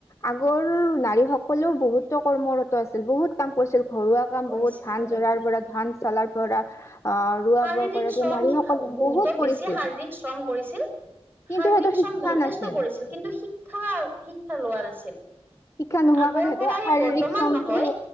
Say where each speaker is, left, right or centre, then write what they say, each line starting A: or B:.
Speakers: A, on the left; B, on the right.
A: আগৰ নাৰী সকলেও বহুতো কৰ্মৰত আছিল বহুত কাম কৰিছিল। ঘৰুৱা কাম
B: কৰিছে
A: বহুত ধান
B: হয়
A: জৰাৰ পৰা ধান চালাৰ পৰা অহ
B: শাৰীৰিক
A: বোৰ কৰে
B: শ্ৰম
A: নাৰীসকলে
B: বহুতো
A: বহুত কৰিছিল।
B: বেছি শাৰীৰিক শ্ৰম কৰিছিল
A: কিন্তু
B: শাৰীৰিক
A: সিহঁতৰ
B: শ্ৰম
A: শিক্ষা
B: যথেষ্ট
A: নাছিল
B: কৰিছিল কিন্তু শিক্ষা শিক্ষা লোৱা নাছিল।
A: শিক্ষা নোহোৱা
B: আগৰ
A: কাৰণে সিহঁতৰ
B: পৰাই
A: শাৰীৰিক
B: বৰ্তমান
A: শ্ৰমটো
B: নহয়